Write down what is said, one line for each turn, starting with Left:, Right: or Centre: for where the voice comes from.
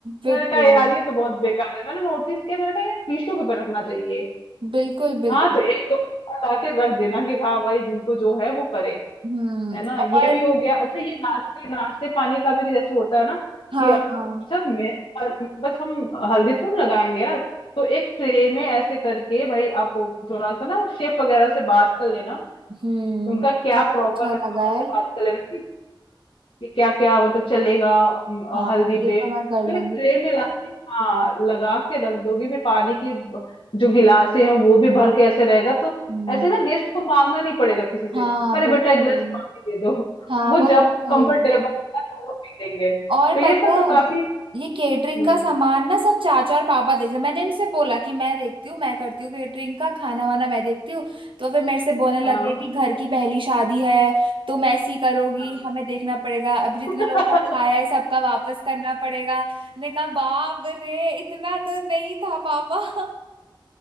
Right: बिल्कुल
Left: मैंने कहा यार ये तो बहुत बेकार है मैंने नोटिस किया मैंने कहा यार टिश्यू पेपर रखना चाहिए एक
Right: बिल्कुल बिल्कुल
Left: हाँ तो एक दो लाके रख देना कि हाँ भाई जिनको जो है वो करे
Right: हम्म
Left: है ना ये
Right: और
Left: भी हो गया अच्छा ये नाश्ते नाश्ते पानी का भी जैसे होता है ना
Right: हाँ
Left: कि
Right: हाँ
Left: सब मे- हल- बस हम हल्दी थूम लगाएंगे यार तो एक ट्रे में ऐसे करके भाई आप थोड़ा सा ना शेफ वगैरह से बात कर लेना
Right: हम्म
Left: कि उनका क्या प्रॉपर
Right: अच्छा
Left: है पापा
Right: लगा
Left: से
Right: है
Left: बात कर लेना कि, कि क्या क्या मतलब चलेगा म, अ,
Right: हाँ
Left: हल्दी
Right: ये
Left: पे
Right: तो मैं कर लूंगी
Left: फिर ट्रे में ला के हाँ लगा के रख दोगी फिर पानी की ब- जो गिलासे हैं वो भी भर के ऐसे रहेगा तो
Right: हम्म,
Left: ऐसे ना गेस्ट को मांगना नहीं पड़ेगा किसी से
Right: हाँ
Left: अरे
Right: बिल्कुल
Left: बेटा एक गिलास पानी दे दो
Right: हाँ
Left: वो
Right: वो तो
Left: जब
Right: है
Left: कंफर्टेबल
Right: ही
Left: होगा तब वो पी लेंगे
Right: और
Left: तो ये
Right: पता
Left: सब
Right: है
Left: तो काफी
Right: ये केटरिंग
Left: हम्म
Right: का सामान ना सब चाचा और पापा देख रहे हैं। मैंने इनसे बोला कि मैं देखती हूँ मैं करती हूँ केटरिंग का खाना वाना मैं देखती हूँ तो फिर मेरे से बोलने लग
Left: हाँ
Right: गए कि घर की पहली शादी है तुम ऐसी करोगी
Left: हाँ
Right: हमें देखना पड़ेगा अभी
Left: <laughs>
Right: जितने लोगों का खाया
Left: हाँ
Right: है सबका वापस करना पड़ेगा ने कहा बाप रे इतना तो नहीं था पापा <laughs>